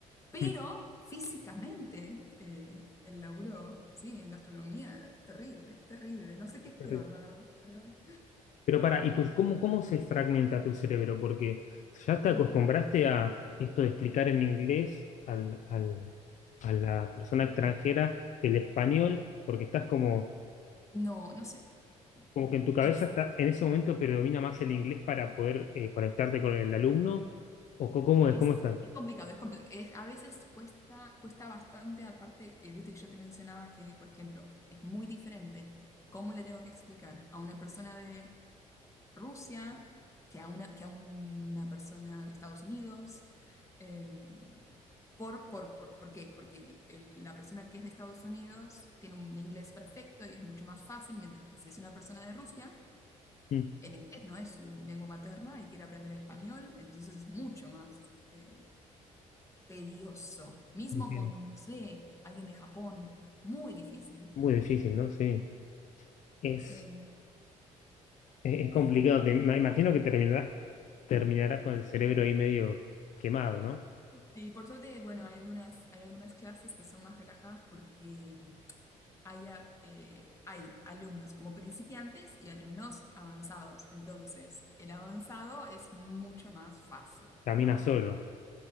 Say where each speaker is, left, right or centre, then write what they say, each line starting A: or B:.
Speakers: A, on the left (about 20°); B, on the left (about 65°).
A: Pero
B: mm,
A: físicamente, eh, el laburo, sí, en gastronomía, terrible, terrible. No sé qué
B: es
A: es peor,
B: terrible.
A: la verdad, pero-
B: Pero para, ¿y tus, cómo, cómo se fragmenta tu cerebro? Porque ya te acostumbraste
A: mm,
B: a esto de explicar en inglés al, al- a la persona extranjera el español, porque estás como
A: No, no sé.
B: Como que en tu cabeza
A: Es,
B: está, en ese momento predomina más el inglés para poder eh, conectarte con el alumno, o co- cómo es,
A: Es,
B: cómo está.
A: es complicado, es compli- es- a veces cuesta, cuesta bastante, aparte, eh, viste que yo te mencionaba que, por ejemplo, es muy diferente cómo le tengo que explicar a una persona de Rusia que a una, que a una persona de Estados Unidos. eh, por, por, por, ¿por qué? Porque el- el- la persona que es de Estados Unidos tiene un inglés perfecto y es mucho más fácil, mientras que si es una persona de Rusia,
B: Mm,
A: el inglés no es su lengua materna y quiere aprender español, entonces es mucho más... eh, tedioso. Mismo
B: entiendo.
A: con, no sé, alguien de Japón. Muy difícil.
B: Muy difícil, ¿no? Sí. Es,
A: Em,
B: es, es
A: pero
B: complicado. Te- me imagino que terminarás, terminarás con el cerebro ahí medio quemado, ¿no?
A: sí, por suerte, bueno, hay algunas, hay algunas clases que son más relajadas porque hay, a- eh, hay alumnos como principiantes y alumnos avanzados. Entonces, el avanzado es mucho más fácil,
B: Caminas
A: ¿no?
B: solo.